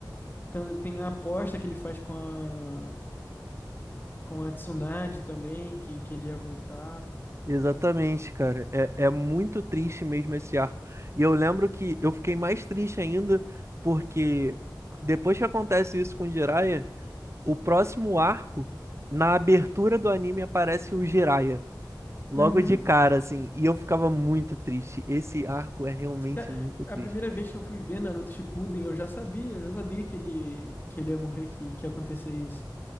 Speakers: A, on the left (about 25°); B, on the right (about 35°).
A: Então, tem a aposta que ele faz com a, com a Tsunade também, que, que ele ia voltar.
B: exatamente, cara. É, é muito triste mesmo esse arco. E eu lembro que eu fiquei mais triste ainda porque depois que acontece isso com o Jiraiya, o próximo arco, na abertura do anime, aparece o Jiraiya. Logo
A: Uhum.
B: de cara, assim. E eu ficava muito triste. Esse arco é realmente
A: Cara,
B: muito triste.
A: a primeira vez que eu fui ver Naruto Shippuden, eu já sabia, eu já sabia que ele, que ele ia morrer, que, que ia acontecer isso.